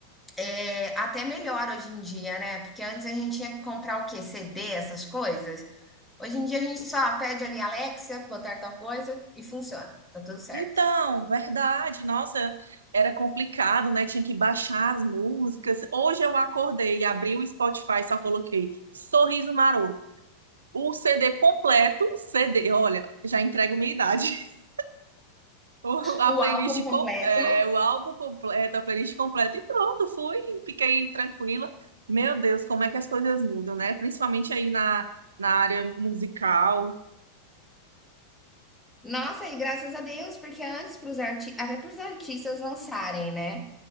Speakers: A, in the centre; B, on the right.
A: é, até melhor hoje em dia, né? Porque antes a gente tinha que comprar o quê? CD, essas coisas. Hoje em dia a gente só pede ali Alexa, botar tal coisa e funciona. Tá tudo certo.
B: Então, verdade, nossa, era complicado, né? Tinha que baixar as músicas. Hoje eu acordei, abri o Spotify, só coloquei Sorriso Maroto. O CD completo, CD, olha, já entrego minha idade. <laughs> O- A
A: O
B: playlist,
A: álbum completo.
B: com- é, o álbum completo, a playlist completa e pronto, fui, fiquei tranquila. Meu Deus, como é que as coisas mudam, né? Principalmente aí na, na área musical.
A: Nossa, e graças a Deus, porque antes para os arti até para os artistas lançarem, né,